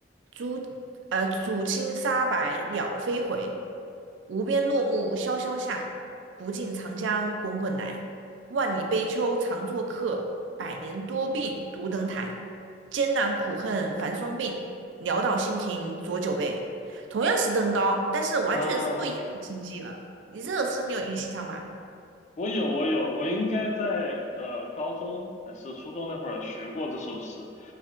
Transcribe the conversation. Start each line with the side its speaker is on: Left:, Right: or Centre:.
Right: 渚呃渚清沙白鸟飞回。无边落木萧萧下，不尽长江滚滚来。万里悲秋常作客，百年多病独登台。艰难苦恨繁霜鬓，潦倒新停浊酒杯。同样是登高，但是完全是不一样的境界了。
Left: 哦，
Right: 你这首诗你有印象吗？
Left: 我有，我有，我应该在呃高中还是初中那会儿学过这首诗，